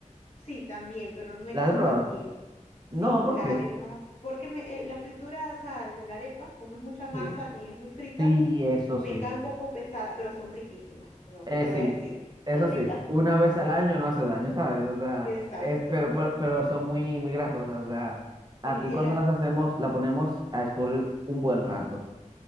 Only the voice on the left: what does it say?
Sí, también, pero no me
caen
tan bien. Sí,
las
arepas, porque me, eh, la fritura, o sea, de la arepa, como es mucha masa
y es muy frita,
me
cae un poco pesada, pero son riquísimas, ¿no?
¿Qué te
voy a decir?
Son ricas.
Exacto.
Sí, el